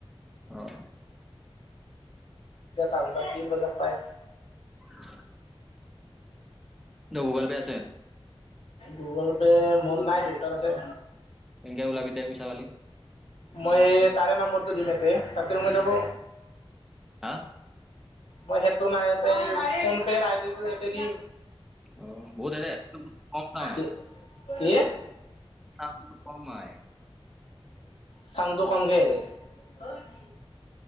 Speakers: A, in the centre; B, on the left.
A: অ'।
B: ইটা তাহুন বা কি প্ৰজেক্ট পায়?
A: <inaudible> গুগল পে' আছে।
B: গুগল পে মোৰ নাই, দেউতাৰ আছে।
A: কেনকে উলাবি তে, পইচা পালি?
B: মই এই তাৰে নম্বৰটো দিম এতে, তাতে সুমে যাব।
A: হা।
B: মই সেইটো নাই, এতে ফোন পেৰ আইডিটো এতে দিম।
A: অ' বহুত এতে কম পাও
B: কি, কি?
A: ছাউণ্ডটো চুন কম আহে।
B: ছাউণ্ডটো কমকে আহে।